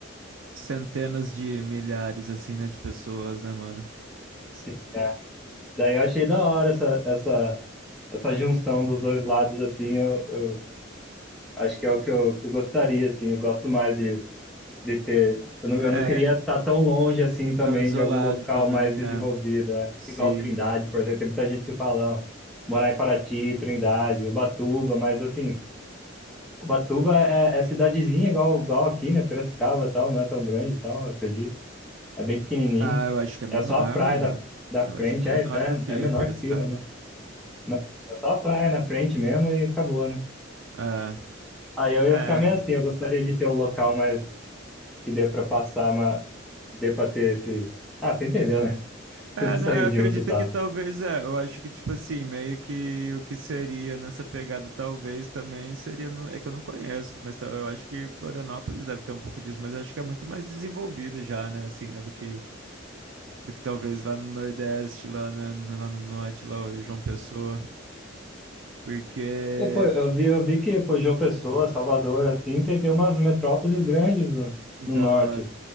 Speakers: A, on the right; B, in the centre.
A: centenas de milhares, assim, né, de pessoas, né, mano?
B: Sim. Daí eu achei da hora essa, essa, essa junção dos dois lados, assim, eu, eu acho que é o que eu, que eu gostaria, assim, eu gosto mais de, de ter, eu não,
A: É,
B: eu não queria estar tão longe, assim, também,
A: tão isolado
B: de algum local
A: também,
B: mais desenvolvido,
A: é.
B: né?
A: Sim.
B: Igual Trindade, por exemplo, tem muita gente que fala, "Não, morar em Paraty, Trindade, Ubatuba, mas, assim, Ubatuba é, é cidadezinha igual, igual aqui, né, Piracicaba e tal, não é tão grande e tal, eu acredito, é bem pequenininho,
A: Ah, eu acho que é menor,
B: é só a praia
A: mano.
B: da, da
A: Eu
B: frente,
A: acho que é
B: é,
A: menor
B: é,
A: do que
B: é menor
A: Piracicaba.
B: que Pira, né? né? É só a praia na frente mesmo e acabou, né?
A: É,
B: Aí eu ia
A: é.
B: ficar meio assim, eu gostaria de ter um local mais que dê pra passar, mas dê pra ter esse. Ah, você entendeu, né? <laughs>
A: É,
B: Tudo sair
A: não, eu acredito
B: junto e tal.
A: que talvez é. Eu acho que, tipo assim, meio que o que seria nessa pegada, talvez também seria. no- É que eu não conheço, mas tal- eu acho que Florianópolis deve ter um pouco disso, mas acho que é muito mais desenvolvido já, né, assim, né, do que, do que talvez lá no Nordeste, lá, na- na- lá no Norte, lá o João Pessoa, porque
B: Eu, pô, eu vi, eu vi que, pô, João Pessoa, Salvador, assim, tem, tem umas metrópoles grandes no,
A: da
B: no norte,
A: hora.